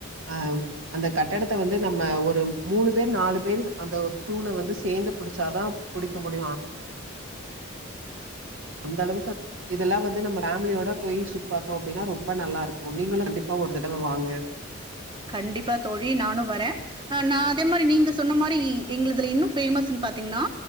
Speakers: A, on the right; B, on the right.
A: அஹ அந்த கட்டடத்தை வந்து நம்ம ஒரு மூணு பேர் நாலு பேர் அந்த தூணை வந்து சேர்ந்து பிடிச்சாதான் புடிக்க முடியும் அந்த அளவுக்கு இதெல்லாம் வந்து நம்ம பேமிலியோட பொய் சுத்தி பார்தோம் அப்படினா ரொம்ப ரொம்ப நல்லா இருக்கும் நீங்களும் கண்டிப்பா ஒரு தடவை வாங்க
B: கண்டிப்பா தோழி நானும் வரேன் ஆஹ நான் அதே மாரி நீங்க சொன்ன மாதிரி எங்கதுல இன்னும் பேமஸ்ன்னு பாத்தீங்கன்னா